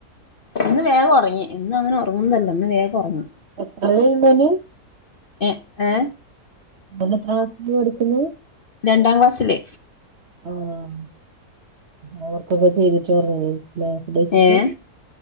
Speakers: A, on the left; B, on the right.
A: ഇന്ന് വേഗൊറങ്ങി എന്നും അങ്ങനെ ഒറങ്ങുന്നതല്ല ഇന്ന് വേഗൊറങ്ങി
B: <unintelligible>
A: എ ഏ
B: ഓൻ എത്രാ ക്ലാസ്സിൽ പടിക്ക്ന്നേ
A: രണ്ടാം ക്ലാസ്സില്
B: ആഹ് ഓവർക്കൊക്കെ ചെയ്തിട്ട് ഒറങ്ങീനി ലേ ഫുഡ്‌ കഴിച്ചിട്ട്
A: ഏഹ്